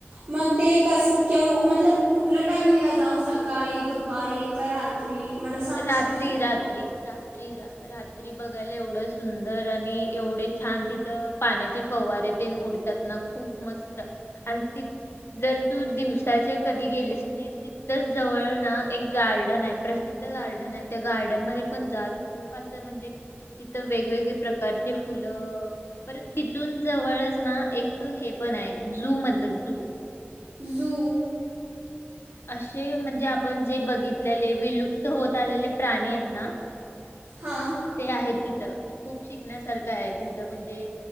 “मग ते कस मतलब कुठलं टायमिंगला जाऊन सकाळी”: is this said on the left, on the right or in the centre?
Right